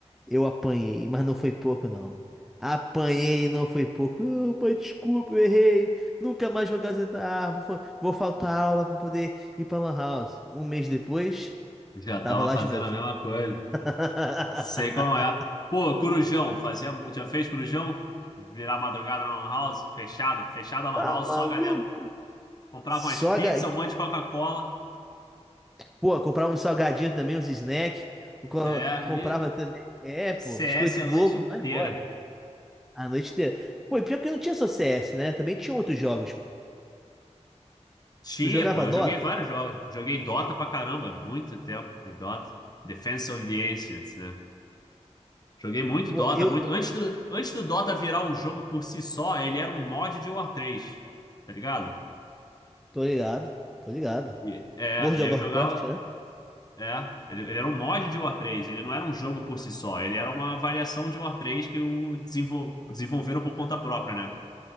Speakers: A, in the centre; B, on the left.
A: eu apanhei, mas não foi pouco, não. Apanhei e não foi pouco. Não, pai, desculpa, eu errei. Nunca mais vou gazetar. Vou, fa- vou faltar aula pra poder ir pra Lan House. Um mês depois,
B: já
A: tava
B: tava
A: lá
B: fazendo
A: de novo.
B: a mesma coisa.
A: <laughs>
B: Sei como é. Pô, Corujão, fazia, já fez Corujão? Virar madrugada na Lan House, fechada, fechada a Lan
A: Tá
B: House,
A: maluco?
B: só a galera comprava
A: Só
B: umas pizzas,
A: ga...
B: um monte de Coca-Cola.
A: Pô, comprava um salgadinho também, uns snacks. Co-
B: É,
A: Comprava
B: e
A: também. É, pô,
B: CS
A: Biscoito
B: a
A: Globo,
B: noite inteira.
A: vai embora. A noite inteira. Pô, e pior que não tinha só CS, né? Também tinha outros jogos, pô.
B: Tinha,
A: Tu jogava
B: pô, eu
A: Dota?
B: joguei vários jogos. Joguei Dota pra caramba, muito tempo de Dota. Defense of the Ancients, né? Joguei muito
A: Pô,
B: Dota,
A: eu.
B: muito. Antes do, antes do Dota virar um jogo por si só, ele era um mod de War 3, tá ligado?
A: Tô ligado, tô ligado.
B: E, é,
A: World
B: e
A: of
B: eu
A: Warcraft,
B: jogava.
A: né?
B: É, ele, ele era um mod de War 3, ele não era um jogo por si só, ele era uma variação de War 3 que o desenvol, desenvolveram por conta própria, né?